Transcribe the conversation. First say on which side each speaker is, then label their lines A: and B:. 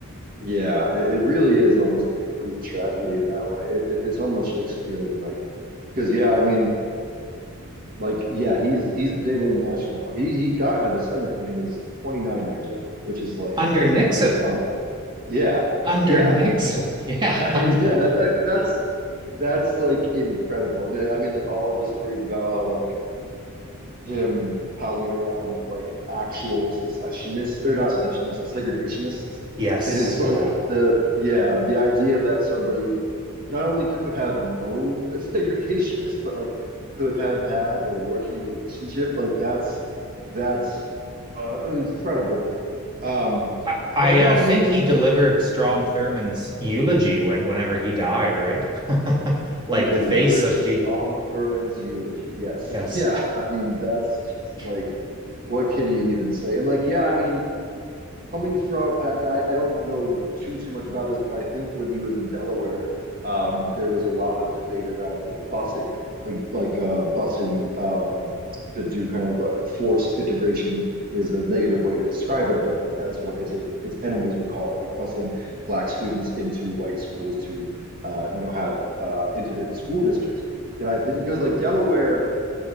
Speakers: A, on the right (about 40°); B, on the right (about 20°).
A: Yeah, it, it really is almost like a Greek tragedy in that way. It, it it's almost Shakespearean, like because yeah, I mean, like yeah, he's he's been in national. po- He he got into the Senate when he was 29 years old, which is like
B: under Nixon
A: stunning. Yeah,
B: under
A: yeah,
B: Nixon
A: just <laughs>
B: yeah
A: I
B: <laughs>
A: mean, yeah, that, that's that's like incredible. I mean, I mean, like all of the stories about how like him howling around with like actual secessionists or not secessionists, segregationists.
B: Yes,
A: And it's
B: yeah.
A: like the yeah, the idea that somebody not only could have known <laughs> a segregationist, but like could have had a working relationship, like that's that's uh, an incredible thing. Um,
B: I, I
A: but
B: uh,
A: no,
B: think
A: I mean
B: he delivered Strom Thurmond's eulogy when whenever he died, right? <laughs> Like
A: he delivered
B: the face of
A: Strom
B: the
A: Thurmond's eulogy. Yes,
B: yes.
A: <laughs> yeah, I mean that's just like
B: <laughs>
A: what can you even say? And like yeah, I mean coming from I, I- don't know too too much about this, but I think when he was in Delaware, um, there was a lot of debate around like busing, like like uh, busing um, to do kind of a forced integration is a negative way to describe it, but like that's what its its enemies would call it, like busing black students into white schools to uh, you know have uh, integrated school districts, and I think because like Delaware,